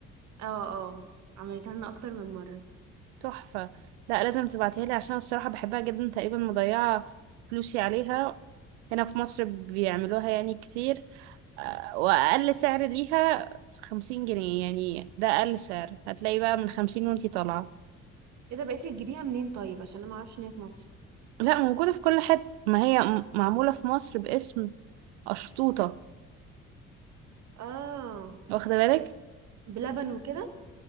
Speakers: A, on the right (about 50°); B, on the right (about 65°).
A: اه اه عملتها لنا اكتر من مره
B: تحفة لا لازم تبعتيها لي عشان الصراحة بحبها جدا تقريبا مضيعة فلوسي عليها هنا في مصر بيعملوها يعني كتير آه، وأقل سعر ليها خمسين جنيه يعني ده أقل سعر هتلاقي بقى من خمسين وانتي طالعة
A: ايه ده بقيتي تجيبيها منين طيب عشان انا ما اعرفش ان هي في مصر
B: لا موجودة في كل حتة ما هي م- معمولة في مصر باسم أشطوطة
A: اه
B: واخدة بالك
A: بلبن وكده